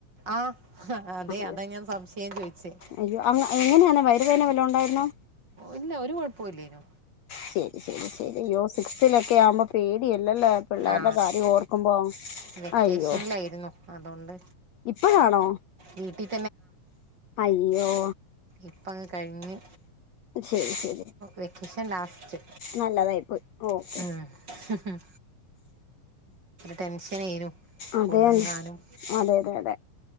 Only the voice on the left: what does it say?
അയ്യോ
അയ്യോ അങ്ങ് എങ്ങനെയാണ് വയറുവേദന വല്ലോ ഉണ്ടായിരുന്നോ?
ശരി ശരി <unintelligible> യ്യോ സിക്സ്ത്തിലൊക്കെ ആവുമ്പോ പേടിയല്ലല്ലേ പിള്ളേരുടെ
കാര്യം ഓർക്കുമ്പോ
അയ്യോ
ഇപ്പഴാണോ
അയ യ്യോ
ശരി ശരി
നല്ലതായി പോയി ഓക്കെ
അതെ അതെ അതെ അതെ